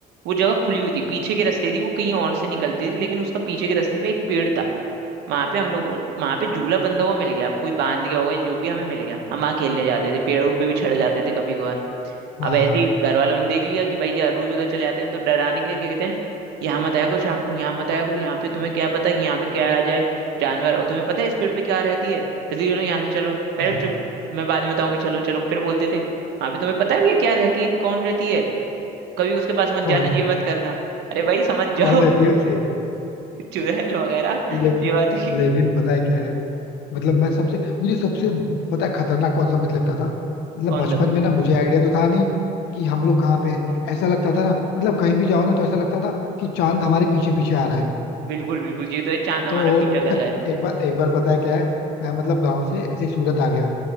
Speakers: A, on the right; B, on the left.
A: वो जगह खुली हुई थी पीछे के रास्ते थी वो कहीं और से निकलती थी लेकिन उसका पीछे के रास्ते पे एक पेड़ था वहां पे हम लोगों वहां पे झूला बंधा हुआ मिल गया अब कोई बांध गया होगा जो भी हमें मिल गया हम वहां खेलने जाते थे पेड़ों पे भी चढ़ जाते थे कभी कभार
B: हाँ
A: अब ऐसे ही घर वालों ने देख लिया कि भाई यार रोज उधर चले जाते हैं तो डराने के लिए क्या कहते हैं यहाँ मत आया करो शाम को यहाँ मत आया करो यहाँ पे तुम्हें क्या पता कि यहाँ पे क्या आ जाए जानवर और तुम्हें पता है स्पीड पे क्या रहती है जल्दी चलो यहाँ से चलो पहले
B: क्या
A: चुप मैं बाद में बताऊंगी चलो चलो फिर बोलते थे वहां पे तुम्हें पता है ये क्या रहती है कौन रहती है कभी उसके पास मत जाना
B: कौन
A: ये मत करना अरे भाई समझ जाओ
B: कौन रहती
A: <laughs>
B: है वैसे
A: चुड़ैल वगैरह
B: लेकिन
A: ये बात <laughs> हुई।
B: लेकिन पता है क्या है मतलब मैं सबसे मुझे सबसे पता है खतरनाक कौन सा मिथ लगता था मतलब
A: कौन
B: बचपन
A: सा
B: में ना मुझे आइडिया तो था नहीं कि हम लोग कहाँ पे हैं ऐसा लगता था ना मतलब कहीं भी जाओ ना तो ऐसा लगता था कि चांद हमारे पीछे पीछे आ रहा है
A: बिल्कुल बिल्कुल ये तो है चांद हमारा
B: तो
A: पीछा कर
B: <laughs>
A: रहा है
B: एक बार एक बार पता है क्या है मैं मतलब गांव से ऐसे ही सूरत आ गया